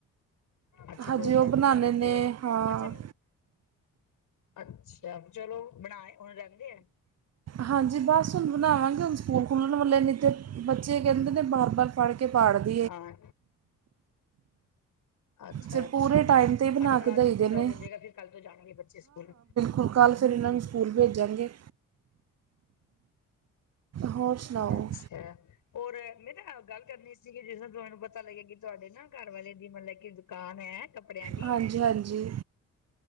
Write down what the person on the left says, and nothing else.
ਅੱਛਾ ਪ੍ਰੋਜੈਕਟ
ਵਗੈਰਾ
ਪੇ ਆ
ਅੱਛਾ ਅੱਛਾ ਚਲੋ ਬਣਾ ਹੁਣ ਰਗਦੇ ਆ।
ਆਂ ਅੱਛਾ-ਅੱਛਾ-ਅੱਛਾ
ਮਤਲਬ
ਅੱਜ
ਪੂਰਾ
ਹੋ ਜਾਏਗਾ ਫਿਰ ਕੱਲ ਤੋਂ ਜਾਣਗੇ ਬੱਚੇ ਸਕੂਲ
ਅੱਛਾ ਹੋਰ ਮੈਂ ਨਾ ਗੱਲ ਕਰਨੀ ਸੀਗੀ ਜਿਸੂੰ ਤੁਹਾਨੂੰ ਪਤਾ ਲੱਗਿਆ ਕਿ ਤੁਹਾਡੇ ਨਾ ਘਰ ਵੱਲੇ ਦੀ ਮਤਲਬ ਕਿ ਦੁਕਾਨ ਹੈ। ਕੱਪੜਿਆਂ ਦੀ